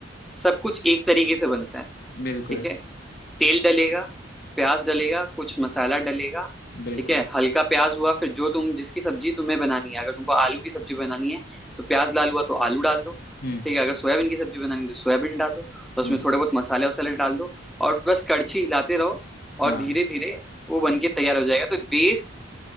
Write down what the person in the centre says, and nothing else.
सब कुछ एक तरीके से बनता है
ठीक है तेल डलेगा प्याज डलेगा कुछ मसाला डलेगा
ठीक है हल्का प्याज हुआ फिर जो तुम जिसकी सब्जी तुम्हें बनानी है अगर तुमको आलू की सब्जी बनानी है तो प्याज लाल हुआ तो आलू डाल दो
ठीक है अगर सोयाबीन की सब्जी बनानी है तो सोयाबीन डाल दो और
उसमें थोड़े बहुत मसाले वसाले डाल दो और बस कड़छी हिलाते रहो
और धीरे धीरे वो बन के तैयार हो जाएगा तो बेस